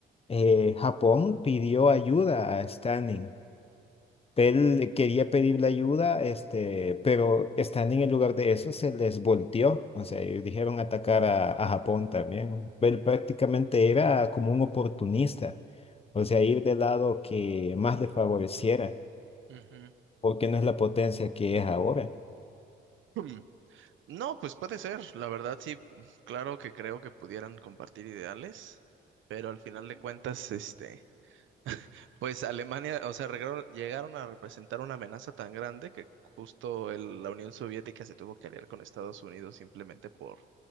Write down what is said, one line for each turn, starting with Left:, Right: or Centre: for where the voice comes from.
Left: eh, Japón pidió ayuda a Stalin él quería pedirle ayuda, este, pero estando en el lugar de eso se les volteó, o sea, ellos dijeron atacar a, a Japón también. Él prácticamente era como un oportunista, o sea, ir del lado que más le favoreciera,
Right: ujú.
Left: porque no es la potencia que es ahora.
Right: Hmm, No, pues puede ser, la verdad sí, claro que creo que pudieran compartir ideales, pero al final de cuentas, este, pues Alemania, o sea, regro- llegaron a representar una amenaza tan grande que justo el- la Unión Soviética se tuvo que aliar con Estados Unidos simplemente por,